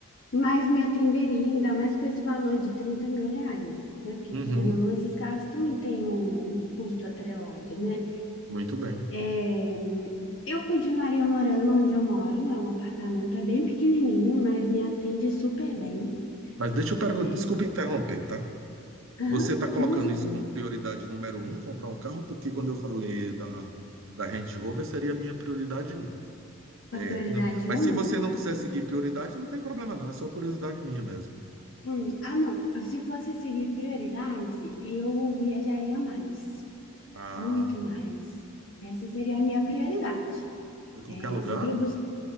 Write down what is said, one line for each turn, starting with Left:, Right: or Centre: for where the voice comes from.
Left: mas me atenderia, ainda mais com esse valor de 30 mil reais, né? Porque,
Right: Uhum.
Left: querendo ou não, esses carros também têm um um custo atrelado, né?
Right: Muito bem.
Left: É, eu continuaria morando onde eu moro, é um apartamento, é bem pequenininho, mas me atende super bem.
Right: Mas deixa eu perguntar,
Left: É,
Right: desculpa interromper, tá?
Left: aham,
Right: Você está colocando
Left: imagina,
Right: isso como prioridade número um, comprar um carro, porque quando eu falei da, da Range Rover, seria a minha prioridade um. É,
Left: a prioridade
Right: não- mas
Left: um.
Right: se você não quiser seguir prioridade, não tem problema não, é só curiosidade minha mesmo.
Left: Hum, ah, não. Se fosse seguir prioridade, eu viajaria mais,
Right: Ah,
Left: muito
Right: tá.
Left: mais. Essa seria a minha prioridade.
Right: Em
Left: É,
Right: qualquer lugar?
Left: sempre bus-